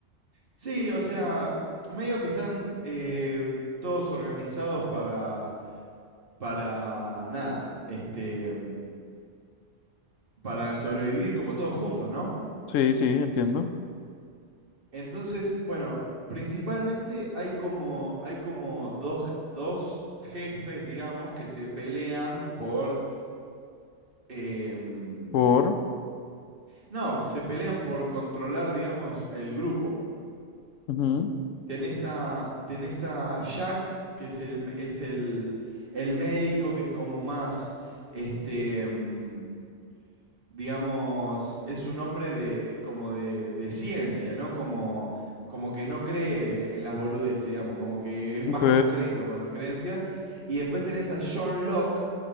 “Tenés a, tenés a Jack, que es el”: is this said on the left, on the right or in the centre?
Right